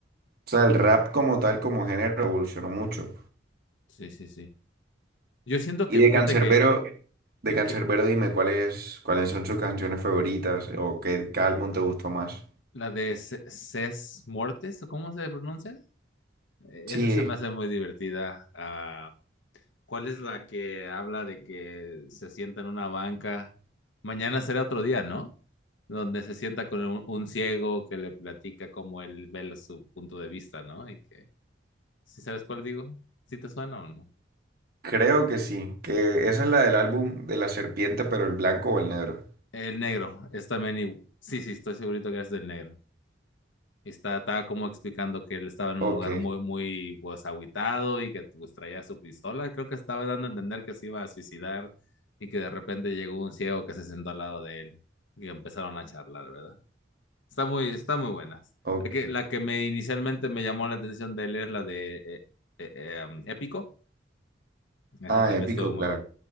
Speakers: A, on the right; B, on the left.
A: O sea, el rap como tal, como género, evolucionó mucho.
B: sí, sí, sí. Yo siento
A: Y
B: que,
A: de
B: fíjate
A: Canserbero,
B: que,
A: de
B: que,
A: Canserbero,
B: que
A: dime cuáles, cuáles son sus canciones favoritas o qué, qué álbum te gustó más.
B: la de C- Ces Mortes, ¿o cómo se pronuncia? Eh,
A: Sí,
B: Esa se me hace muy divertida. Ah, ¿cuál es la que habla de que se sienta en una banca? Mañana será otro día, ¿no? Donde se sienta con un, un ciego que le platica cómo él ve lo- su punto de vista, ¿no? Y que, ¿sí sabes cuál digo? ¿Sí te suena o no?
A: creo que sí, que esa es la del álbum de la serpiente, pero el blanco o el negro.
B: El negro, es también, igu- sí, sí, estoy segurito que es del negro. está, estaba como explicando que él estaba en un
A: Ok,
B: lugar muy, muy pues, agüitado y que pues, traía su pistola. Creo que estaba dando a entender que se iba a suicidar y que de repente llegó un ciego que se sentó al lado de él y empezaron a charlar, ¿verdad? Está muy, está muy buena.
A: ok.
B: La que, la que me inicialmente me llamó la atención de él es la de eh, eh, eh, um, Épico. Esa
A: Ah,
B: también
A: épico,
B: estuvo muy
A: claro.
B: buena.